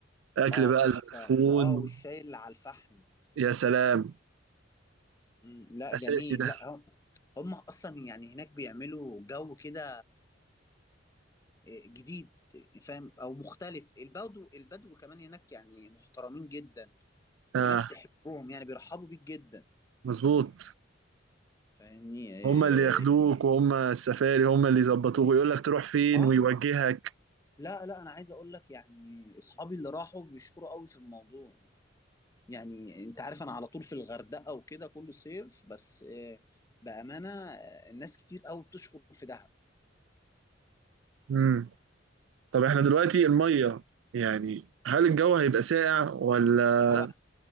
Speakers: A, on the right (about 85°); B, on the left (about 15°).
A: اكل
B: اه
A: بقى
B: تحفه
A: المدفون
B: واه والشاي اللي على الفحم
A: يا سلام
B: مم، لا جميل
A: اساسي ده
B: لا هم هم اصلا يعني هناك بيعملوا جو كده جديد فاهم او مختلف البدو البدو كمان هناك يعني محترمين جدا
A: اه
B: وناس تحبهم يعني بيرحبوا بيك جدا
A: مظبوط
B: فاهمني إيه.
A: هما اللي ياخدوك وهما السفاري هما اللي يظبطوك ويقول لك تروح فين
B: اه
A: ويوجهك
B: لا لا انا عايز اقول لك يعني اصحابي اللي راحوا بيشكروا قوي في الموضوع يعني انت عارف انا على طول في الغردقة وكده كل صيف بس إيه بأمانة آه، الناس كتير قوي بتشكر في دهب
A: امم طب احنا دلوقتي الميه يعني هل الجو هيبقى ساقع ولا
B: هو